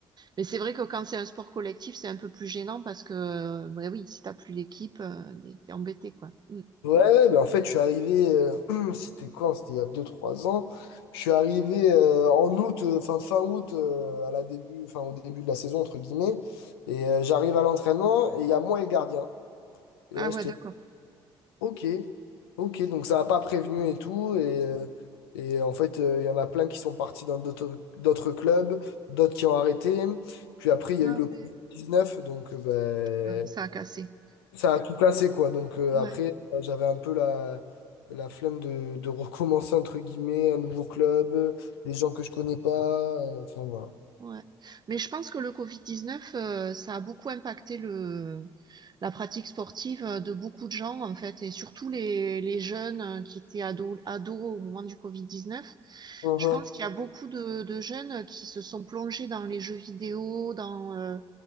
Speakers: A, on the right; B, on the left.
A: Mais c'est vrai que quand c'est un sport collectif, c'est un peu plus gênant parce que, euh, ouais, oui, si t'as plus l'équipe, euh, t'es embêté, quoi. Mm.
B: Ouais, ouais, mais en fait, je suis arrivé, euh, <clears throat> c'était quoi? C'était il y a deux trois ans. Je suis arrivé euh, en août, euh, fin, fin août, euh, à la début, enfin, au début de la saison, entre guillemets. Et euh, j'arrive à l'entraînement et il y a moi et le gardien. Et
A: Ah
B: là, j'étais
A: ouais, d'accord.
B: OK, OK, donc ça n'a pas prévenu et tout. Et, euh, et en fait, euh, il y en a plein qui sont partis dans d'autres d'autres clubs, d'autres qui ont arrêté. Puis après, il y
A: Ah
B: a eu le Covid-19,
A: ouais.
B: donc euh,
A: Ah oui,
B: ben,
A: ça a cassé.
B: ça a tout cassé, quoi. Donc euh,
A: Ouais.
B: après, euh, j'avais un peu la, la flemme de, de <laughs> recommencer, entre guillemets, un nouveau club, euh, des gens que je connais pas. euh, Enfin, voilà.
A: Ouais. Mais je pense que le Covid-19, euh, ça a beaucoup impacté le, la pratique sportive euh, de beaucoup de gens, en fait, et surtout les, les jeunes euh, qui étaient ados, ados au moment du covid dix-neuf.
B: Mhm.
A: Je pense qu'il y a beaucoup de, de jeunes qui se sont plongés dans les jeux vidéo, dans, euh,